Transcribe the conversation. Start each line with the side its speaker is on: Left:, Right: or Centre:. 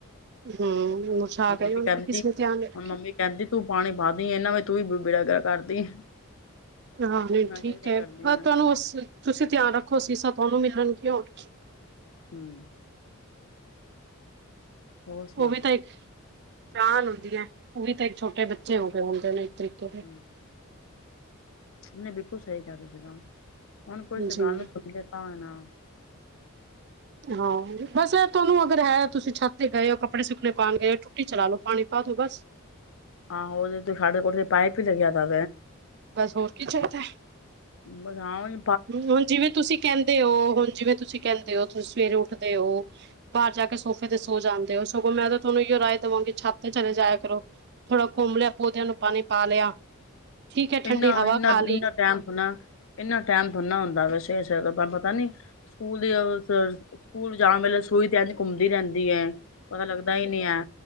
Right: ਹੂੰ, <unintelligible>
Left: ਹੁਣ
Right: ਕੇ
Left: ਮੰਮੀ
Right: ਉਹ
Left: ਕਹਿੰਦੀ
Right: ਕਿਸ ਨੇ
Left: ਹੁਣ
Right: ਧਿਆਨ ਨੀ ਰੱਖੇ।
Left: ਮੰਮੀ ਕਹਿੰਦੀ ਤੂੰ ਪਾਣੀ ਪਾਂਦੀ ਇਹਨਾਂ ਵੀ ਤੂੰ ਵੀ ਬੇੜਾ ਗਰਕ ਕਰਦੀ।
Right: ਹਾਂਜੀ
Left: ਮੈਂ
Right: ਠੀਕ
Left: ਕਿਹਾ ਨਹੀਂ
Right: ਹੈ
Left: ਕਰਦੀ
Right: ਬ
Left: ਮੈਂ
Right: ਤੁਹਾਨੂੰ ਤੁਸੀਂ ਧਿਆਨ ਰੱਖੋ। ਅਸੀਸਾਂ ਤੁਹਾਨੂੰ ਮਿਲਣਗੀਆਂ। ਹੋਰ ਕੀ।
Left: ਹਮ। ਹੋਰ ਸੁਣਾ
Right: ਉਹ ਵੀ ਤਾਂ ਇੱਕ ਜਾਨ ਹੁੰਦੀ ਹੈ। ਉਹ ਵੀ ਤਾਂ ਇੱਕ ਛੋਟੇ ਬੱਚੇ ਹੋ ਗਏ ਹੁੰਦੇ ਨੇ ਇਸ ਤਰੀਕੇ। ਦੇ।
Left: ਹਮ। ਉਹਨੇ ਬਿਲਕੁਲ ਸਹੀ ਕਿਹਾ। ਤੁਸੀਂ ਤਾਂ ਹੁਣ ਕੋ
Right: ਜੀ
Left: ਗੱਲ ਨੂੰ ਸੁਣ ਲ ਤਾਂ ਨਾ।
Right: ਹਾਂ ਬਸ ਇਹ ਤੁਹਾਨੂੰ ਅਗਰ ਹੈ ਤੁਸੀਂ ਛੱਤ ਤੇ ਗਏ ਹੋ ਕੱਪੜੇ ਸੁੱਕਣੇ ਪਾਉਣ ਗਏ ਹੋ। ਟੁੱਟੀ ਚਲਾ ਲਓ ਪਾਣੀ ਪਾ ਦਿਓ ਬਸ।
Left: ਆਹੋ ਉਹਦੇ ਤੇ ਸਾਡੇ ਕੋ ਪਾਇਪ ਹੀ ਲੱਗਿਆ ਤਾ।
Right: ਬਸ ਹੋਰ ਕੀ ਚਾਹੀਦਾ ਐ।
Left: ਬ ਹਾ ਹੀ।
Right: ਹੁਣ ਜਿਵੇਂ ਤੁਸੀਂ ਕਹਿੰਦੇ ਹੋ ਹੁਣ ਜਿਵੇਂ ਤੁਸੀਂ ਕਹਿੰਦੇ ਹੋ ਤੁਸੀਂ ਸਵੇਰੇ ਉੱਠਦੇ ਹੋ। ਬਾਹਰ ਜਾ ਕੇ ਸੋਫੇ ਤੇ ਸੋ ਜਾਂਦੇ ਹੋ ਸਗੋਂ ਮੈਂ ਤਾਂ ਤੁਹਾਨੂੰ ਇਹੋ ਰਾਏ ਦੇਵਾਂਗੀ ਛੱਤ ਤੇ ਚਲੇ ਜਾਇਆ ਕਰੋ। ਥੋੜਾ ਘੁੰਮ ਲਿਆ। ਪੌਦਿਆਂ ਨੂੰ ਪਾਣੀ ਪਾ ਲਿਆ। ਠੀਕ ਹੈ ਠੰਡੀ
Left: ਇੰਨਾ
Right: ਹਵਾ
Left: ਇੰਨਾ
Right: ਖਾ ਲਈ
Left: ਇੰਨਾ ਟਾਈਮ ਥੋ੍ਹਾ ਇੰਨਾ ਟਾਈਮ ਥੋੜ੍ਹਾ ਨਾ ਹੁੰਦਾ ਵੈਸੇ ਪਤਾ ਨੀ। ਸਕੂਲ ਦੇ ਸਕੂਲ ਜਾਣ ਵੇਲੇ ਸੂਈ ਤੇ ਅੰ ਘੁੰਮਦੀ ਰਹਿੰਦੀ। ਹੈ ਪਤਾ ਲੱਗਦਾ ਹੀ ਨੀ ਹੈ